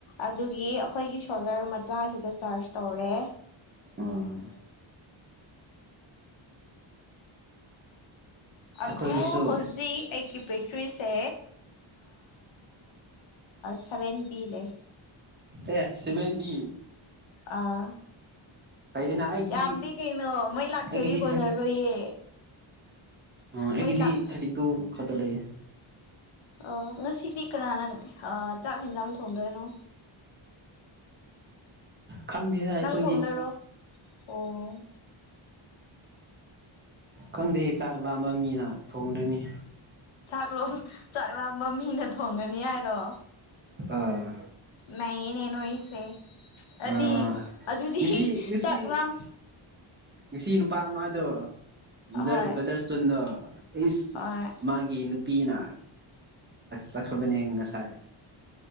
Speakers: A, on the left; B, on the right.
A: ꯑꯗꯨꯒꯤ ꯑꯩꯈꯣꯏꯒꯤ ꯁꯣꯂꯔ ꯃꯆꯥꯁꯤꯗ ꯆꯥꯔꯖ ꯇꯧꯔꯦ
B: ꯎꯝ
A: ꯑꯗꯨ
B: ꯑꯩꯈꯣꯏꯒꯤꯁꯨ
A: ꯍꯧꯖꯤꯛ ꯑꯩꯒꯤ ꯕꯦꯇ꯭ꯔꯤꯁꯦ ꯁꯚꯦꯟꯇꯤ ꯂꯩ
B: ꯑꯦ ꯁꯚꯦꯟꯇꯤ
A: ꯑꯥ
B: ꯐꯩꯗꯅ ꯑꯩꯒꯤꯗꯤ
A: ꯌꯥꯝꯗꯦ ꯀꯩꯅꯣ ꯃꯩ ꯂꯥꯛꯇꯔꯗꯤ
B: ꯑꯩꯒꯤꯗꯤ
A: ꯀꯣꯟꯅꯔꯣꯏꯌꯦ
B: ꯑꯣ ꯑꯩꯒꯤꯗꯤ
A: ꯃꯩ ꯂꯥꯛꯇ꯭ꯔꯗꯤ
B: ꯊꯥꯔꯇꯤ ꯇꯨ ꯈꯛꯇ ꯂꯩꯌꯦ
A: ꯑ ꯉꯁꯤꯗꯤ ꯀꯅꯥꯅ ꯆꯥꯛ ꯌꯦꯟꯖꯥꯡ ꯊꯣꯡꯗꯣꯏꯅꯣ
B: ꯈꯪꯗꯦꯗ ꯑꯩꯈꯣꯏꯗꯤ
A: ꯅꯪ ꯊꯣꯡꯗꯣꯏꯔꯣ ꯑꯣ
B: ꯈꯪꯗꯦ ꯆꯥꯛ ꯂꯥꯝꯕ ꯃꯤꯅ ꯊꯣꯡꯗꯣꯏꯅꯤ
A: ꯆꯥꯛꯂꯣ ꯆꯥꯛ ꯂꯥꯝꯕ ꯃꯤꯅ ꯊꯣꯡꯒꯅꯤ ꯍꯥꯏꯔꯣ
B: ꯑꯥ
A: ꯅꯩꯅꯦ ꯅꯣꯏꯁꯦ ꯑꯗꯨꯗꯤ
B: ꯑꯥ
A: ꯑꯗꯨꯗꯤ
B: ꯉꯁꯤ ꯉꯁꯤ
A: ꯆꯥꯛ ꯂꯥꯝ
B: ꯉꯁꯤ ꯅꯨꯄꯥ ꯑꯃꯗꯣ
A: ꯑꯍꯣꯏ
B: ꯕꯗꯔ ꯕꯗꯔ ꯁꯇꯣꯟꯗꯣ ꯏꯁ
A: ꯍꯣꯏ
B: ꯃꯥꯒꯤ ꯅꯨꯄꯤꯅ ꯆꯠꯈ꯭ꯔꯕꯅꯦ ꯉꯁꯥꯏ